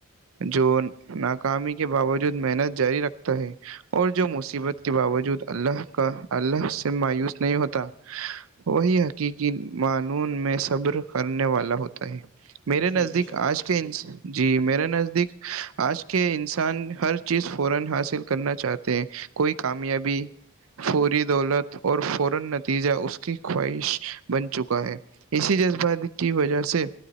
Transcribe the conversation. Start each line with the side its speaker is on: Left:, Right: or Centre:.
Right: جو ناکامی کے باوجود محنت جاری رکھتا ہے اور جو مصیبت کے باوجود اللہ کا اللہ سے مایوس نہیں ہوتا وہی حقیقی معانون میں صبر کرنے والا ہوتا میرے
Left: جی
Right: نزدیک
Left: بے شک
Right: آجینس جی میرے نزدیک آج کے انسان ہر چیز فورا حاصل کرنا چاہتے ہیں کوئی کامیابی فوری دولت اور فورا نتیجہ اس کی خواہش بن چکا ہے اسی جذباتات کی وجہ سے